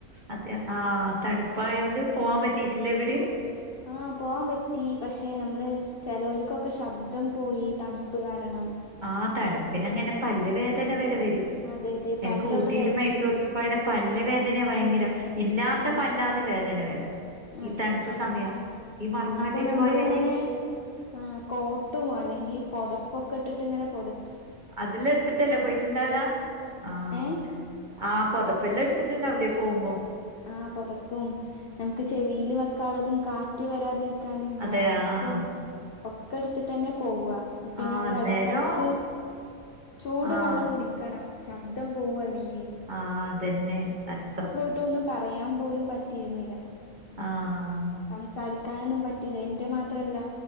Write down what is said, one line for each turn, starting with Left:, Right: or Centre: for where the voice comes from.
Right: അതെ ആഹ് തണുപ്പായൊണ്ട് പോവാൻ പറ്റീട്ടില്ലെ എവിടെയും
Left: ആഹ് പോവാൻ പറ്റി പഷേ നമ്മള് ചെലോര്ക്കൊക്കെ ശബ്ദം പോയി തണുപ്പ് കാരണം
Right: ആഹ് തണുപ്പിന് അങ്ങനെ പല്ല് വേദന വരെ വരും.
Left: അതെ അതെ പല്ലൊക്കെ
Right: എനിക്ക് ഊട്ടിയിലും
Left: കടിച്ചിട്ട്
Right: മൈസൂർലും പോയര പല്ല് വേദന ഭയങ്കരം. ഇല്ലാത്ത
Left: ഉം
Right: പല്ലാന്ന് വേദന വരാ. ഈ
Left: അതെ
Right: തണുപ്പ് സമയം ഈ മറുനാട്ടി
Left: അപ്പൊ ഞമ്മളിങ്ങനെ
Right: പോയാല്
Left: ആഹ് കോട്ടും അല്ലെങ്കി പൊതപ്പൊക്കെ ഇട്ട്ട്ട് ഇങ്ങനെ പൊത
Right: അതെല്ലാ എട്ത്തിട്ടല്ലേ പോയിട്ടുണ്ടാകാ ആഹ്
Left: ഏഹ്
Right: ആഹ് പൊതപ്പെല്ലാം ഇട്ത്തിട്ടുണ്ടാവൂലേ പോമ്പോ
Left: ആഹ് പൊതപ്പും നമ്മക്ക് ചെവീല് വെക്കാള്ളതും കാറ്റ് വരാതിരി ക്കാന്
Right: അതെ
Left: മാസ്ക്കും
Right: ആഹ്
Left: ഒക്കെ ഇട്ത്തിട്ടെന്നെ പോവ.
Right: ആഹ്
Left: പിന്നെ നമ്മള
Right: അന്നേരം
Left: എടക്കടക്ക് ചൂട്
Right: ആഹ്
Left: വെള്ളം കുടിക്കണം. ശബ്ദം പോവു അല്ലെങ്കി
Right: ആഹ് അതെന്നെ അത്ര
Left: ട്ടൊന്നും പറയാൻ പോലും പറ്റീര്ന്നില്ല
Right: ആഹ്
Left: സംസാരിക്കാനൊന്നും പറ്റില്ല എന്റെറെ മാത്രല്ല